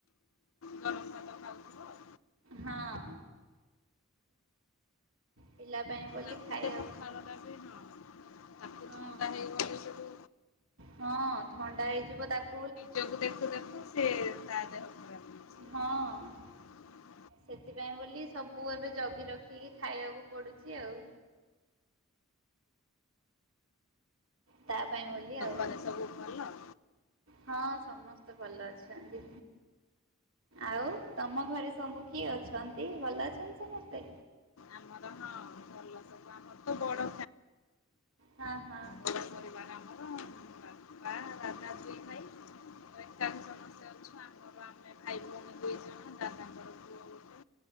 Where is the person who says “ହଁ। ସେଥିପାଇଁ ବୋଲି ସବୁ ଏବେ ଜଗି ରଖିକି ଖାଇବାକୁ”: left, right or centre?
Right